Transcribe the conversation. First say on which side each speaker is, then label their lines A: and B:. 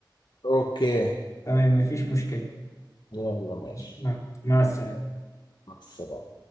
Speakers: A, on the left; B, on the left.
A: اوكي
B: تمام مفيش مشكلة
A: يلا ماشي
B: ماشي. مع مع السلامة
A: مع السلامة